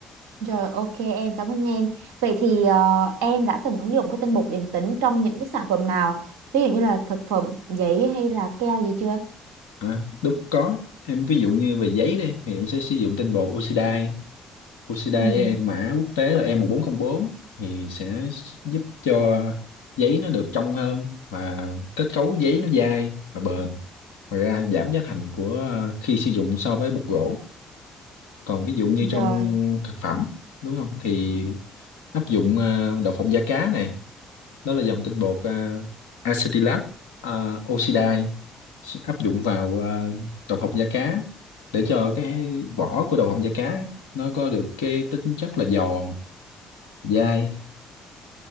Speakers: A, on the right (about 80°); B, on the left (about 85°).
A: Rồi ok em cảm ơn em. Vậy thì ờ, em đã từng ứng dụng cái tinh bột điện tính trong những cái sản phẩm nào? Ví dụ như là thực phẩm, giấy hay là keo gì chưa?
B: à, lúc có em ví dụ như về giấy đây thì em sẽ sử dụng tinh bột oxidai oxidai
A: Ừ.
B: e- mã quốc tế là e một bốn không bốn thì sẽ giúp cho giấy nó được trong hơn và kết cấu giấy nó dai và bền ngoài ra giảm giá thành của ờ, khi sử dụng so với bột gỗ còn ví dụ như trong
A: Rồi,
B: thực phẩm đúng không thì áp dụng ờ, đậu phộng da cá này đó là dòng tinh bột ờ, acetylat ờ, oxidai sẽ áp dụng vào ờ, đậu phộng da cá để cho cái vỏ của đậu phộng da cá nó có được cái tính chất là giòn dai